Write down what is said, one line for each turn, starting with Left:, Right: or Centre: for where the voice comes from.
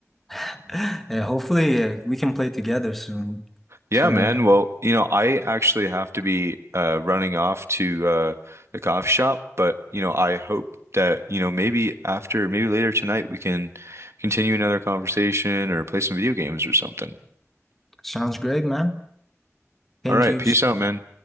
Centre: <laughs> Yeah, hopefully uh, we can play together soon.
Right: Yeah,
Centre: So
Right: man.
Centre: yeah,
Right: Well, you know, I actually have to be uh running off to uh the coffee shop, but you know, I hope that, you know, maybe after maybe later tonight we can continue another conversation or play some video games or something.
Centre: sounds great, man. Thank
Right: All right,
Centre: you.
Right: peace out, man.